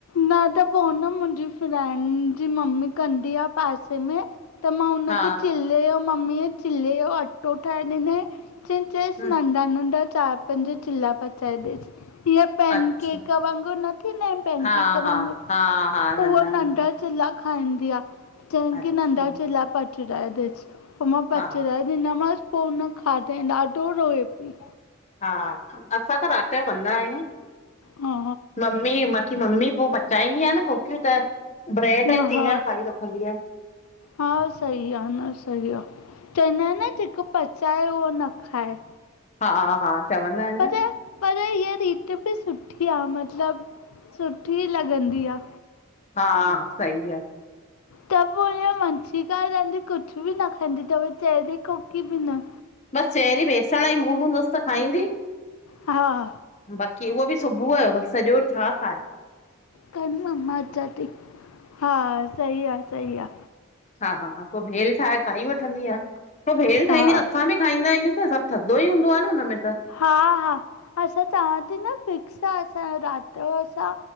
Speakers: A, on the left; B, on the left.
A: न त पो, अ न मुंहिंजी फ्रेंड जी मम्मी कंदी आ पासे में त मां हुनखे
B: हा
A: चिल्ले यो मम्मीअ चिल्ले यो अटो ठाहे ॾिनईं। चयईं, चईस
B: ह
A: नन्ढा- नन्ढा चारि पंज चिल्ला पच् चाए डि्सु हीय पैन
B: अच्छा
A: केक वांगुरु न थींदा हिनि पैन्
B: हा
A: केक वांगुरु,
B: हा हा हा नंढा
A: पर हो नन्ढा
B: नंढा
A: चिल्ला खाईंदी आ, चंई
B: अच्छा
A: कि नन्ढा चिल्ला पचराए‌ ॾेस। पो मां पचराए
B: हा
A: ॾिना मासि, पो उन खाधई। ॾाढो रोए पी।
B: हा असां त राति यो कंदा आहियूं,
A: हा
B: मम्मी मन् की मम्मी पो पचाईंदी आ न कोकियूं त ब्रेड
A: हा
B: ऐं सिॻर
A: हा
B: खाई रखंदी आ।
A: हा सही आ न सही आ चेईंदा इन न जेको पचाए उहो न खाए
B: हा हा चवंदा इनि न
A: च पर हीअ रीति ॿि सुठी आ मतिलबु सुठी लॻंदी आ।
B: हा सही आ।
A: त पो हे वंशीका रहंदी कुझु बि न खाईंदी तव चहिरी कोकी बि न।
B: बस चहिरी बेसंणं जी मूड हूंदुस त खाईंदी।
A: हा हा
B: बाक़ी उहो बि सुबुअ जो बाकी सजो डींहुं छा खाए।
A: कर न मां अचां ती, हा सही आ सही आ।
B: हा हा हा पो भेल ठाहे खाई वठंदी आ, पो भेल
A: हा
B: ठाहींदी न असां बि खाईंदा आहियूस न सभु थद्धोई हूंदो आ न उन्में त।
A: हा हा असां चवां ती न फिक्स त असां राति जो असां